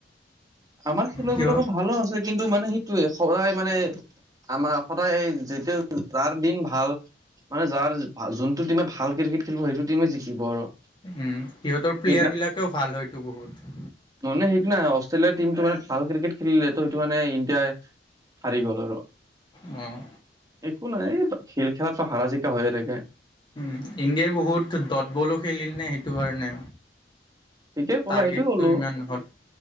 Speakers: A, on the right; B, on the left.
A: আমাৰ খেলুৱৈ
B: সিহ
A: বিলাকো ভালো আছে কিন্তু মানে সেইটোৱে সগায় মানে আমাৰ সদায় যেতিয়া যাৰ দিন ভাল মানে যাৰ ভাল যোনটো টিমে ভাল ক্ৰিৰকেট খেলিব সেইটো টিমে জিকিব আৰু।
B: উম, সিহঁতৰ প্লেয়াৰ
A: সেইদিনা
B: বিলাকেও ভাল হয়তো বহুত।
A: <unintelligible> মানে সেইদিনা অষ্ট্ৰেলিয়াৰ টিমটো মানে ভাল ক্ৰিকেট খেলিলে তো সেইটো মানে ইণ্ডিয়াই হাৰি গ'ল আৰু।
B: অ',
A: একো নাই <unintelligible> খেল খেলাততো হাৰা জিকা হৈয়ে থাকে।
B: উম, ইণ্ডিয়া বহুত, ডট বলো খেলিল নে, সেইটো কাৰণে?
A: ঠিকে ক'লা,
B: টাৰ্গেটটো
A: সেইটো ক'লো।
B: ইমান হ'ল।